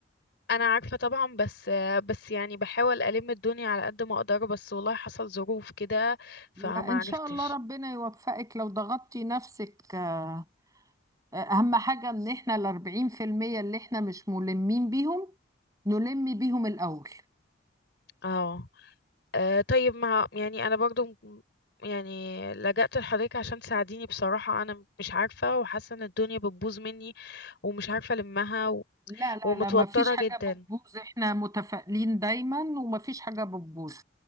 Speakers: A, on the left; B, on the right.
A: انا عارفة طبعا بس آه بس يعني بحاول الم الدنيا على قد ما اقدر بس والله حصل ظروف كده فما
B: لا ان شاء
A: عرفتش
B: الله ربنا يوفقك لو ضغطتي نفسك آه، آه، اهم حاجه ان احنا ال 40% اللي احنا مش ملمين بيهم نلم بيهم الاول
A: اه آه طيب ما يعني انا برضو م- يعني لجأت لحضرتك عشان تساعديني بصراحة انا مش عارفة وحاسة ان الدنيا بتبوظ مني ومش عارفة المها و...
B: لا لا
A: ومتوترة
B: لا ما فيش حاجة
A: جدا
B: بتبوظ احنا متفائلين دايما وما فيش حاجة بتبوظ